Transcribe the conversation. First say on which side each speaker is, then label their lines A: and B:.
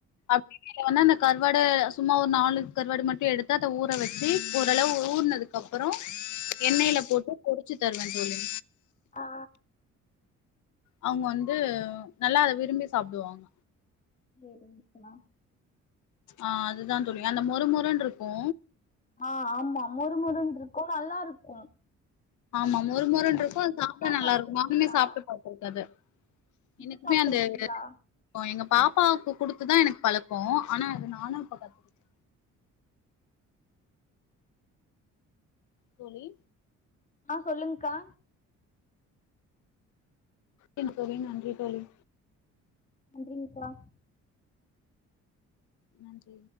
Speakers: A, on the left; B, on the left.
A: <unintelligible> <unintelligible> வன்னா அந்த கறுவாட சும்மா ஒரு நாலு கருவாடு மட்டு எடுத்து அத ஊற வெச்சு ஓரளவு ஊற்னதுக்கு அப்பறோ எண்ணெயில
B: ஆ
A: போட்டு பொ ரிச்சு தருவே தோழி
B: ஆ
A: அவுங்க வந்து நல்லா அத விரும்பி சாப்டுவாங்க
B: சேரி <unintelligible>
A: ஆ அதுதா தோழி அந்த மொறுமொறுன்டுருக்கு
B: ஆ ஆமா மொறுமொறுன்டுருக் ஓ நல்லாருக்கோ
A: ஆமா மொறுமொறுன்டுருக்கு சாப்ட்டா நல்லாருக்கு
B: சாப்ட்ருக்கீங்ளா
A: நானுமே சாப்ட்டு பாத்திருக்கே அத
B: சுட்டு
A: எனக்குமே
B: சாப்ட்ருக்கீங்ளா
A: அந்த <unintelligible> எங்க பாப்பாவுக்கு குடுத்துதா எனக் பழக்கோ ஆனா அது நானு இப்ப கத்துகிட்ட தோழி
B: ஆ சொல்லுங்க்கா
A: ஓகேங்க தோழி நன்றி தோழி
B: நன்றிங்க்கா
A: நன்றி